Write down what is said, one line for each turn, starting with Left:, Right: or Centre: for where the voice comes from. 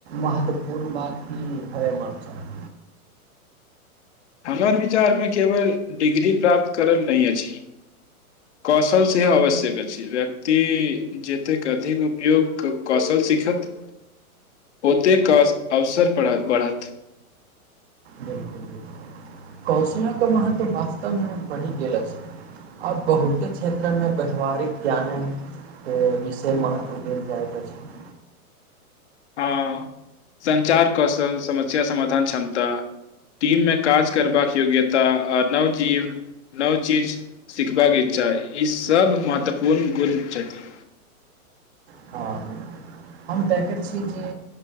Right: महत्वपूर्ण बात की होइ हम चाही
Left: हमर विचारमे केवल डिग्री प्राप्त करल नहि अछि कौशल सेहो आवश्यक अछि व्यक्ति जतेक अधिक उपयोग कौशल सीखत ओतेक क अवसर बढ़त
Right: बिलकुल बिलकुल कौशलाके महत्व वास्तवमे बनि गेल अछि आब बहुते क्षेत्रमे व्यावहारिक ज्ञानेके विषय महत्व देल जाइत अछि
Left: हँ संचार कौशल समस्या समाधान क्षमता टीममे काज करबाक योग्यता आ नव जीव नव चीज सिखबाक इच्छा ई सब महत्वपूर्ण गुण छथि
Right: हँ हम देखैत छी जे